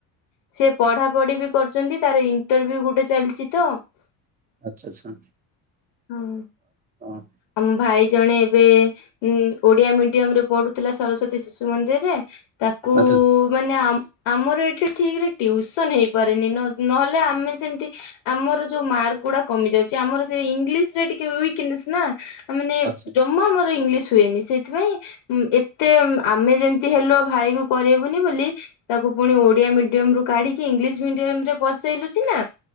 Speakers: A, on the left; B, on the right.
A: ସେ ପଢା ପଢି ବି କରୁଚନ୍ତି ତାର ଇଣ୍ଟରଭି୍ୟୁ ଗୋଟେ ଚାଲିଛି ତ।
B: ଆଚ୍ଛା, ଆଚ୍ଛା
A: ହଁ।
B: ଆଉ?
A: ଆମ ଭାଇ ଜଣେ ଏବେ ଉଁ ଓଡ଼ିଆ ମିଡିୟମ୍ ରେ ପଢୁଥୁଲା ସରସ୍ଵତୀ ଶିଶୁ ମନ୍ଦିରରେ ତାକୁ
B: ଆଚ୍ଛା
A: ମାନେ ଆ ଆମର ଏଠି ଠିକରେ ଟ୍ୟୁସନ ହେଇପାରେନି ନ ନହେଲେ ଆମେ ସେମତି ଆମର ଯୋଉ ମାର୍କଗୁଡ଼ା କମି ଯାଉଚି ଆମର ସେଇ ଇଂଲିଶରେ ଟିକେ ୱିକନେସ୍ ନା। ଆ ମାନେ
B: ଆଚ୍ଛା
A: ଜମା ଆମର ଇଂଲିଶ ହୁଏନି। ସେଇଥିପାଇଁ ଉଁ ଏତେ ଆମେ ଯେମିତି ହେଲୁ ଅ ଭାଇକୁ କରରେବୁନି ବୋଲି ତାକୁ ପୁଣି ଓଡ଼ିଆ ମିଡିୟମ୍ ରୁ କାଢିକି ଇଂଲିଶ ମିଡିୟମ୍ ରେ ପସେଇଲୁ ସିନା